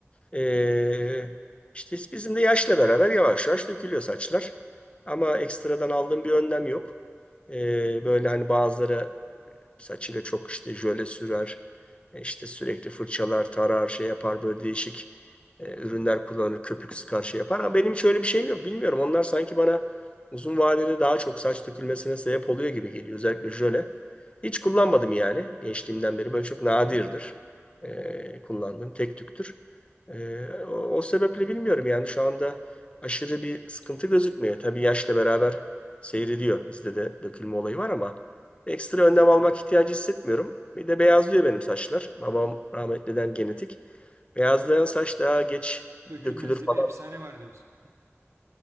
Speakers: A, on the left; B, on the right.
A: Ee, işte bizim de yaşla beraber yavaş yavaş dökülüyor saçlar. Ama ekstradan aldığım bir önlem yok. Ee, böyle hani bazıları saçıyla çok işte jöle sürer. E, işte sürekli fırçalar, tarar, şey yapar böyle değişik e, ürünler kullanır, köpük sıkar şey yapar. Ama benim hiç öyle bir şeyim yok. Bilmiyorum. Onlar sanki bana uzun vadede daha çok saç dökülmesine sebep oluyor gibi geliyor. Özellikle jöle. Hiç kullanmadım yani gençliğimden beri. Böyle çok nadirdir e, kullandığım tek tüktür. E, o, o sebeple bilmiyorum yani şu anda aşırı bir sıkıntı gözükmüyor. Tabii yaşla beraber seyrediyor. Bizde de dökülme olayı var ama Ekstra önlem almak ihtiyacı hissetmiyorum. Bir de beyazlıyor benim saçlar. Babam rahmetliden genetik. Beyazlayan saç daha geç
B: Dökülmez
A: dökülür
B: diye
A: falan.
B: bir efsane var diyorsun.